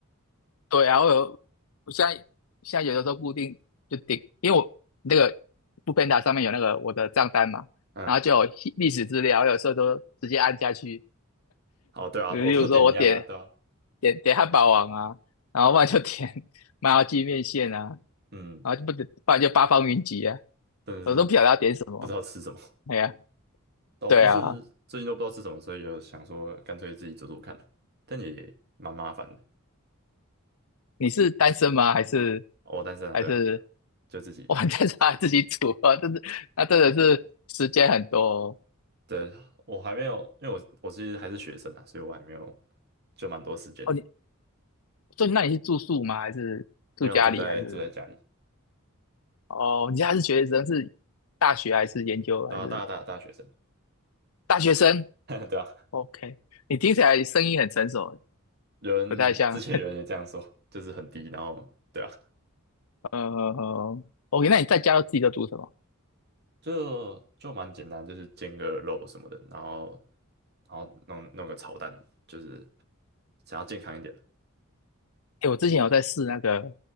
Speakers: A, on the left; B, on the right.
A: 对啊，我有我现在现在有的时候固定就点，因为我那个 Foodpanda 上面有那个我的账单嘛，
B: 嗯，
A: 然后就有历史资料，我有时候都直接按下去，
B: 好，对啊，
A: 例如说我点
B: 我都点一样啊，对啊，
A: 点点汉堡王啊，然后不然就点 <laughs> 麻辣鸡面线啊，
B: 嗯，
A: 然后就不点，不然就八方云集啊，
B: 真的是
A: 我都不晓得要点什么。
B: 不知道吃什么，
A: 哎呀，
B: 但我就是最近都不知道吃什么，
A: 对啊，
B: 所以就想说干脆自己做做看，但也蛮麻烦的，
A: 你是单身吗？还是
B: 哦，但是啊，
A: 还是
B: 对啊，就自己
A: 哇？<laughs> 但是他自己煮啊，真的，那真的是时间很多哦。
B: 对，我还没有，因为我我其实还是学生啊，所以我还没有就蛮多时间的，
A: 哦你所以那你是住宿吗？还是住家里？
B: 没有住在住在家里，
A: 还是哦？你现在是学生，是大学还是研究还是
B: 对啊，大大大学生，
A: 大学生
B: <laughs> 对啊，
A: ？OK，你听起来声音很成熟欸。
B: 有人之前有人也这样说，
A: 不太像。<laughs>
B: 就是很低，然后对啊，
A: 呃呃呃，OK，那你在家都自己都煮什么？
B: 就就蛮简单，就是煎个肉什么的，然后然后弄弄个炒蛋，就是想要健康一点
A: 哎，我之前有在试那个